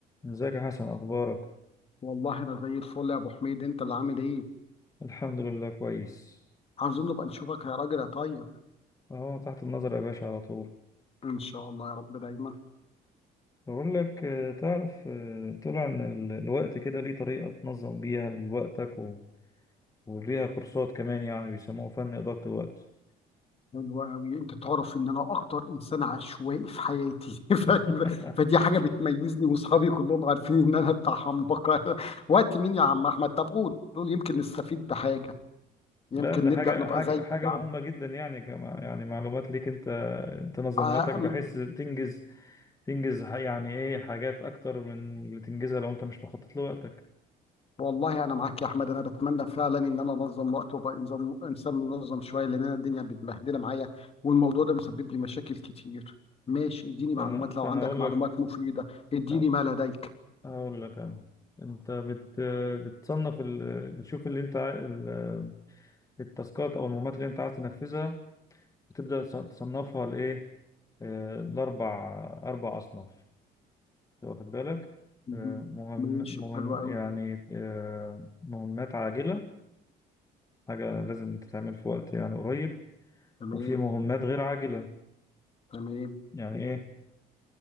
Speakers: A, on the left (about 20°); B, on the left (about 35°).
A: ازيك يا حسن اخبارك
B: والله انا زي الفل يا ابو حميد انت اللي عامل ايه
A: الحمد لله كويس
B: عاوزين نبقى نشوفك يا راجل يا طيب
A: اهو تحت النظر يا باشا على طول
B: ان شاء الله يا رب دايما
A: بقول لك آه، تعرف آه، طلع ان ال- الوقت كده ليه طريقة تنظم بيها لوقتك و... وليها كورسات كمان يعني بيسموه فن إدارة الوقت
B: حلو قوي انت تعرف ان انا اكتر انسان عشوائي في حياتي <laughs> ف...
A: <laughs>
B: فدي حاجه بتميزني واصحابي كلهم عارفين ان انا بتاع حنبقه <laughs> وقت مين يا عم احمد طب قول قول يمكن نستفيد بحاجه يمكن
A: لا ده
B: نبدا
A: حاجة
B: نبقى
A: حاجة
B: زيك
A: حاجة
B: يا عم
A: مهمة جدا يعني كما يعني معلومات ليك انت تنظم
B: آه،
A: وقتك بحيث تنجز تنجز ح- يعني ايه حاجات اكتر من اللي تنجزها لو انت مش مخطط لوقتك
B: والله انا معاك يا احمد انا بتمنى فعلا ان انا انظم وقت وابقى انظم انسان منظم شويه لان انا الدنيا متبهدله معايا والموضوع ده مسبب لي مشاكل كتير ماشي اديني معلومات
A: فانا فانا
B: لو عندك
A: اقول
B: معلومات
A: لك
B: مفيده اديني
A: آه،
B: ما لديك
A: أقول لك أنا أنت بت... بتصنف ال... بتشوف اللي أنت عا- ال... التاسكات أو المهمات اللي أنت عايز تنفذها بتبدأ تص- تصنفها لإيه؟ آه، لأربع أربع أصناف واخد بالك؟
B: مهم.
A: آه، مهم
B: ماشي
A: مهم
B: حلو قوي
A: يعني آه، مهمات عاجلة حاجة لازم تتعمل في وقت يعني قريب
B: تمام
A: وفي مهمات غير عاجلة
B: تمام
A: يعني إيه؟